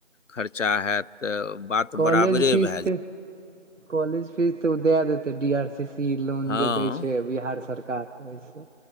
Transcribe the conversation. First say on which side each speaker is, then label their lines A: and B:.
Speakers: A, on the left; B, on the right.
A: खर्चा हैत तऽ बात
B: कॉलेज
A: बराबरे
B: फीस
A: भे
B: तऽ
A: जे <unintelligible>
B: कॉलेज फीस तऽ ओ दए देतै D R C C loan
A: हँ
B: जे दै छै बिहार सरकार ओइसे